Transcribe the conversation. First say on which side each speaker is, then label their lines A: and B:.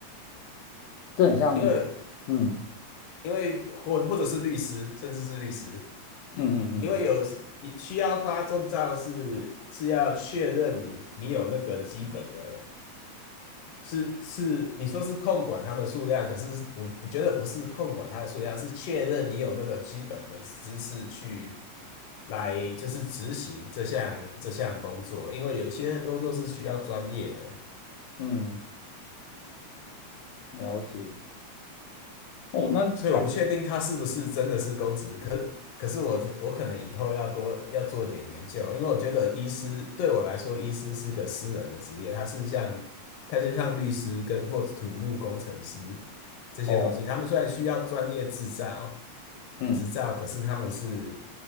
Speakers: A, on the left; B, on the left.
A: 这很像，
B: 因为
A: 嗯
B: 因为或或者是律师，甚至是律师，
A: 嗯嗯嗯嗯
B: 因为有你需要发证照是是要确认你你有那个基本的是是，你说是控管他们数量，可是我我觉得不是控管他的数量，是确认你有那个基本的知识去来就是执行这项这项工作，因为有些工作是需要专业的。
A: 嗯，了解。哦，那感
B: 所以我不确定他是不是真的是公职，可可是我我可能以后要多要做点研究，因为我觉得医师对我来说，医师是个私人的职业，他是像他就像律师跟或者土木工程师这些东西，
A: 哦，
B: 他们虽然需要专业执照
A: 嗯，
B: 执照，可是他们是